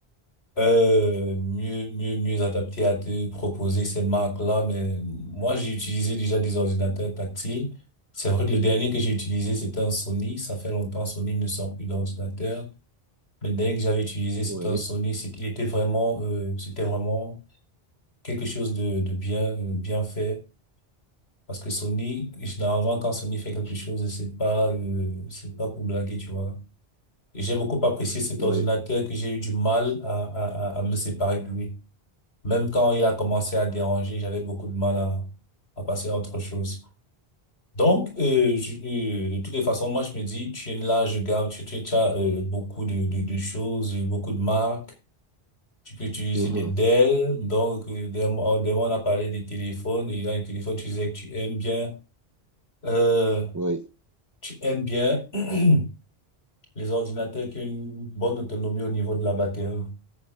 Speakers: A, on the left; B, on the right.
A: euh, mieux, mieux, mieux adapté à te proposer ces marques-là. Mais moi, j'ai utilisé déjà des ordinateurs tactiles. C'est vrai que le dernier que j'ai utilisé, c'était un Sony. Ça fait longtemps, Sony ne sort plus d'ordinateur. Mais le dernier que j'avais utilisé, c'était
B: Oui,
A: un Sony. C'est- Il était vraiment, euh, c'était vraiment quelque chose de, de bien, bien fait. Parce que Sony, généralement, quand Sony fait quelque chose, c'est pas, euh, c'est pas pour blaguer, tu vois. Et j'ai beaucoup apprécié cet
B: oui,
A: ordinateur que j'ai eu du mal à, à, à à me séparer de lui. Même quand il a commencé à déranger, j'avais beaucoup de mal à, à passer à autre chose. Donc, euh, je- euh, de toutes les façons, moi, je me dis, tu es là, je garde, tu, tu, tu as euh, beaucoup de, de, de choses, euh, beaucoup de marques. Tu peux utiliser
B: mhm,
A: des Dell. Donc, euh, demain, demain, on a parlé des téléphones. Et là, les téléphones, tu disais que tu aimes bien. Euh,
B: oui,
A: Tu aimes bien <clears throat> les ordinateurs qui ont une bonne autonomie au niveau de la batterie,